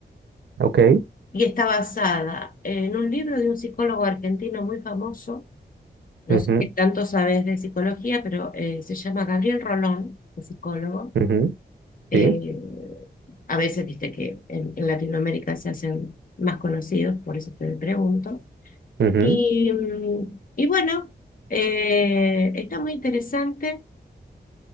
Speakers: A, on the right; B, on the left.
A: ok,
B: Y está basada en un libro de un psicólogo argentino muy famoso. No
A: ujú,
B: sé qué tanto sabes de psicología, pero eh, se llama Gabriel Rolón, el psicólogo
A: ujú,
B: Eh,
A: Sí,
B: a veces, viste que en, en Latinoamérica se hacen más conocidos, por eso te pregunto.
A: ujú.
B: Y, mm, y bueno, eh, está muy interesante.